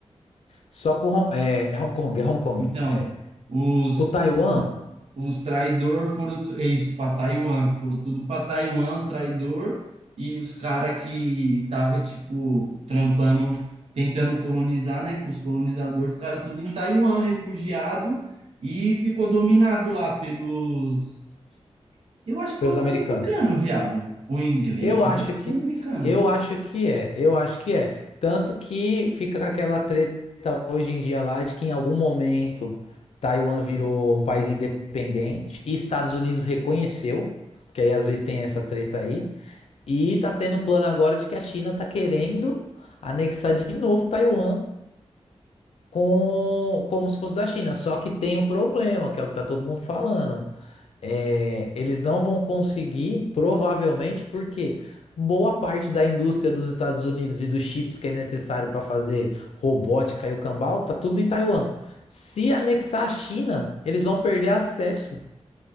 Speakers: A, on the left (about 70°); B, on the right (about 65°).
A: Só com Hong é, é Hong Kong, é Hong Kong,
B: Então,
A: é.
B: os,
A: Com Taiwan,
B: os traidores foram, tu- é isso, para Taiwan, foram tudo para Taiwan, os traidores e os cara que tava tipo trampando, tentando colonizar, né, com os colonizadores, ficaram tudo em Taiwan, refugiado e ficou dominado lá pelos, eu acho que
A: pelos
B: foi os
A: americanos.
B: americanos, viado, ou inglês,
A: Eu acho que
B: americano.
A: eu acho que é, eu acho que é. Tanto que fica com aquela treta hoje em dia lá de que em algum momento Taiwan virou um país independente e Estados Unidos reconheceu, porque aí às vezes tem essa treta aí. E tá tendo um plano agora de que a China tá querendo anexar de novo Taiwan com como se fosse da China. Só que tem um problema, que é o que tá todo mundo falando. é, eles não vão conseguir, provavelmente, porque boa parte da indústria dos Estados Unidos e dos chips que é necessário para fazer robótica e o cambal, tá tudo em Taiwan. Se anexar a China, eles vão perder acesso